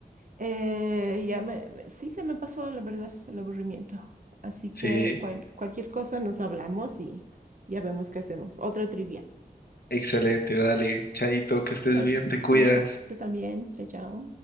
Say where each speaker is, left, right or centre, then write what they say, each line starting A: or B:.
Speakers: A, on the right (about 55°); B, on the left (about 70°).
A: Eh, ya me, me- sí se me pasó, la verdad, el aburrimiento. Así
B: Sí,
A: que cual- cualquier cosa nos hablamos y ya vemos qué hacemos. Otra trivia.
B: excelente. Dale, Chaito, que estés
A: Chao,
B: bien, te cuidas.
A: sí, tú también. Chao, chao.